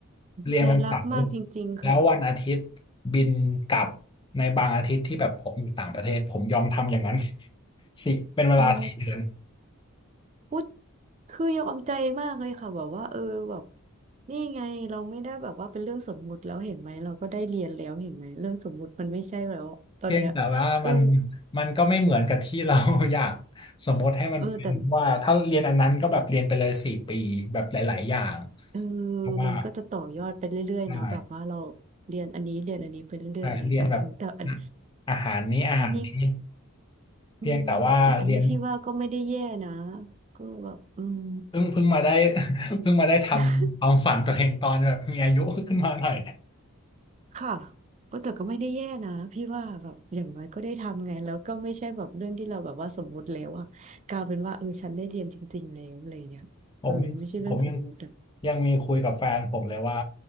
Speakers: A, on the left (about 20°); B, on the right (about 30°).
A: เรียนวันเสาร์
B: ใจรักมากจริงๆค่ะ
A: แล้ววันอาทิตย์บินกลับในบางอาทิตย์ที่แบบผมอยู่ต่างประเทศผมยอมทำอย่างนั้น <laughs> สิเป็นเวลาสี่เดือน
B: โอ้พูดคือยอมใจมากเลยค่ะแบบว่าเออแบบนี่ไงเราไม่ได้แบบว่าเป็นเรื่องสมมุติแล้วเห็นไหมเราก็ได้เรียนแล้วเห็นไหมเรื่องสมมุติมันไม่ใช่แล้วตอนเนี้ย
A: เพียงแต่ว่ามัน
B: เออ
A: มันก็ไม่เหมือนกับที่เรา <laughs> อยากสมมติให้มันเป็นว่าถ้าเรียนอันนั้นก็แบบเรียนไปเลยสี่ปีแบบหลายๆอย่าง
B: เออแต่เออ
A: เพราะว่า
B: มันก็จะต่อยอดไปเรื่อยๆเนาะแบบว่าเรา
A: ใช่
B: เรียนอันนี้เรียนอันนี้ไปเรื่อยๆอะไรอย่างเงี้ยเออแต่อัน
A: ใช่เรียนแบบอาหารนี้อาหารนี้
B: แต่อันนี้
A: เพียงแต่ว่าเรียน
B: อืมแต่อันนี้พี่ว่าก็ไม่ได้แย่นะก็แบบอืม
A: เพิ่งเพิ่งมาได้ <laughs> เพิ่งมาได้ทำความฝันตัวเองตอนแบบมีอายุขึ้นมาหน่อย
B: <laughs> ค่ะเออแต่ก็ไม่ได้แย่นะพี่ว่าแบบอย่างน้อยก็ได้ทำไงแล้วก็ไม่ใช่แบบเรื่องที่เราแบบว่าสมมุติแล้วอะกลายเป็นว่าเออฉันได้เรียนจริงๆแล้วอะไรอย่างเงี้ยเออไม่ใช่เรื่องสมมุติอะ
A: ผมผมยังยังมีคุยกับแฟนผมเลยว่า